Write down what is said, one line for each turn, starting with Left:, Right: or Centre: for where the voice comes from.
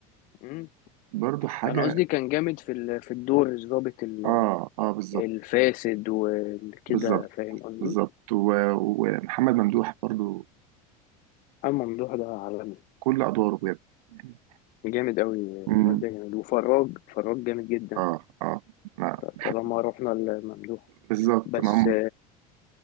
Left: مم.
Right: برضو حاجه
Left: انا قصدي كان جامد في ال- في الدور الضابط ال-
Right: اه اه بالظبط
Left: الفاسد وكده
Right: بالظبط
Left: فاهم قصدي
Right: بالظبط و- ومحمد ممدوح برضو
Left: اما ممدوح ده عالمي
Right: كل ادواره بجد يعني
Left: جامد قوي
Right: امم
Left: الواد ده جامد وفراج فراج جامد جدا
Right: اه اه ما
Left: ط-
Right: بح-
Left: طالما رحنا لممدوح
Right: بالظبط
Left: بس
Right: ما هم